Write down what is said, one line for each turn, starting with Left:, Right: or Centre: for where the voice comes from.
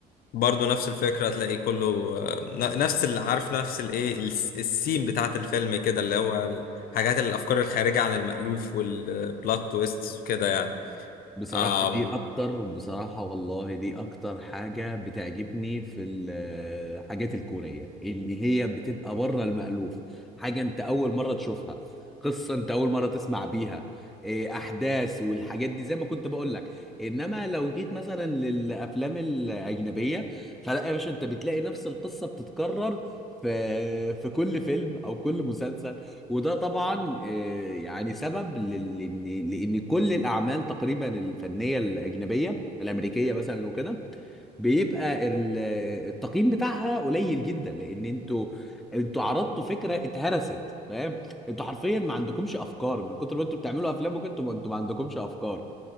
Left: برضو نفس الفكرة هتلاقي كله آه، ن- نفس اللي عارف نفس الايه الس- السين بتاعت الفيلم كده اللي هو الحاجات الافكار الخارجة عن المألوف والبلوت تويستس وكده
Centre: بصراحة
Left: يعني
Centre: دي أكتر بصراحة والله دي أكتر حاجة بتعجبني في الحاجات الكورية اللي هي بتبقى بره المألوف حاجة أنت أول مرة تشوفها قصة أنت أول مرة تسمع بيها إيه، أحداث والحاجات دي زي ما كنت بقول لك إنما لو جيت مثلا للأفلام الأجنبية فلا يا باشا أنت بتلاقي نفس القصة بتتكرر في في كل فيلم أو كل مسلسل وده طبعا آه، يعني سبب لل- لان لان كل الاعمال تقريبا الفنيه الاجنبيه الامريكيه مثلا وكده بيبقى ال- التقييم بتاعها قليل جدا لان انتوا انتوا عرضتوا فكره اتهرست فاهم انتوا حرفيا ما عندكمش افكار من كتر ما انتوا بتعملوا افلام وكده انتوا ما انتوا ما عندكمش افكار